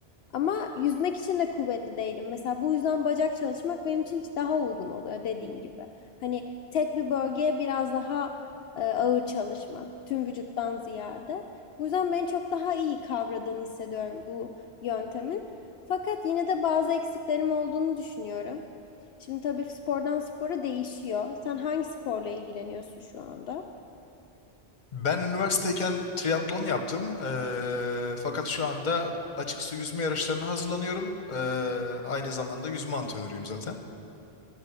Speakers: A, on the left; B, on the left.
A: Ama yüzmek için de kuvvetli değilim. Mesela bu yüzden bacak çalışmak benim için daha uygun oluyor dediğin gibi. Hani tek bir bölgeye biraz daha e, ağır çalışmak, tüm vücuttan ziyade. Bu yüzden beni çok daha iyi kavradığını hissediyorum bu yöntemin. Fakat yine de bazı eksiklerim olduğunu düşünüyorum. Şimdi tabii spordan spora değişiyor. Sen hangi sporla ilgileniyorsun şu anda?
B: Ben üniversiteyken triatlon yaptım. Eee, fakat şu anda açık su yüzme yarışlarına hazırlanıyorum. Eee, aynı zamanda yüzme antrenörüyüm zaten.